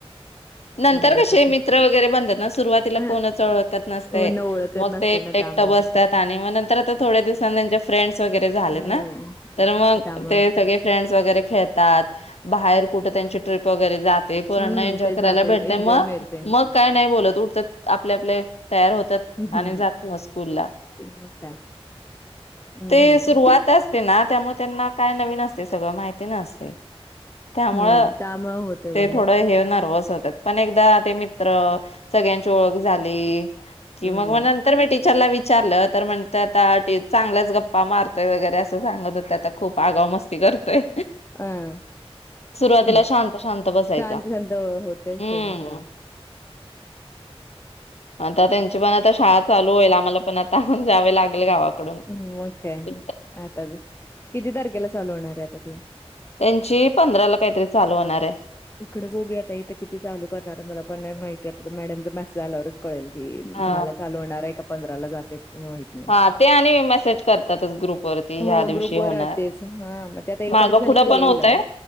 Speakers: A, on the left; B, on the left.
A: नंतर
B: चालायचं
A: कसे
B: पण.
A: मित्र वगैरे बनतात ना सुरुवातीला
B: हां,
A: कोणच ओळखत नसते
B: पूर्ण ओळखत
A: मग
B: नसते
A: ते एकट
B: ना
A: एकट
B: त्यामुळं
A: बसतात आणि मग नंतर आता थोड्या दिवसां त्यांचे फ्र वगैरे झाले
B: हम्म
A: ना तर मग....
B: त्यामुळे
A: ते सगळे फ्रेंडस वगैरे खेळतात बाहेर कुठ त्यां ची ट्रिप वगैरे जाते पोराना
B: हम्म
A: एन्जॉय
B: ते
A: करायला
B: जाते
A: भेटते
B: एन्जॉय
A: मग
B: मिळते हं,
A: मग काय नाही बोलत. त उटतात आपल्या आपले तयार होतात
B: हं,
A: आणि
B: हं.
A: जात स्कूलला
B: मग काय हम्म
A: ते
B: हम्म
A: सुरुवात असते ना त्यामुळे त्यांना...... नवीन असते सगळं माहिती नसतय त्यामुळ
B: हम्म त्यामुळं होतं
A: ते
B: जरा
A: थोडं हे नर्वस होतात पण एकदा ते मित्र सगळ्यांची ओळख झाली कि
B: हम्म
A: मग म नंतर मिटिंग.... ला विचारलं तर म्हणत्यात आता चांगल्याच गप्पा मारतोय वगैरे असं सांगत होते त्या खूप आगाव मस्ती करतोय....
B: अह
A: सुरुवातीला
B: हम्
A: शांत शांत बसायचा
B: शांत शांत होत ते
A: हम्म
B: जरा
A: आता त्यांची पण आता शाळा चालू होईल आम्हाला पण आता जावे लागेल गावाक..... <inaudible>
B: मग काय आता किती तारखेला चालू होणार आहे आता ते
A: त्यांची पंधराला काहीतरी चाल.. होणार आहे
B: इकडें बघू आता इथं किती चालू करणार आहे. मला पण नाही माहिती आता मॅडमचा मेसेज आल्यावरच कळेल की
A: हा
B: दहा ला चालू होणार आहे का पंधराला जाते माहित नाही
A: हा ते आणि मेसेज करतातच ग्रुप वरती
B: हो
A: ह्या दिवशी
B: ग्रुपवर
A: होणार
B: राहतेच. हां, मग ते आता
A: माग
B: तारीख झाली
A: पुुढं
B: की
A: पण
B: येईल.
A: होतय